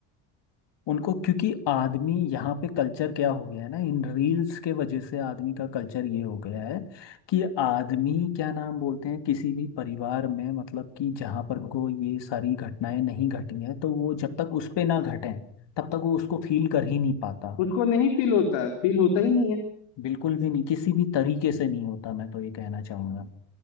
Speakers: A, on the left; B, on the left.
A: उनको क्योंकि आदमी यहाँ पे कल्चर क्या हो गया है ना इन रील्स के वजह से आदमी का कल्चर ये हो गया है कि आदमी क्या नाम बोलते हैं किसी भी परिवार में मतलब कि जहाँ पर को ये सारी घटनाएं नहीं घटी हैं तो वो जब तक उस पे ना घटें तब तक वो उसको फील कर ही नहीं पाता
B: उसको नहीं फील होता है फील होता ही नहीं है
A: बिल्कुल भी नहीं किसी भी तरीके से नहीं होता मैं तो ये कहना चाहूँगा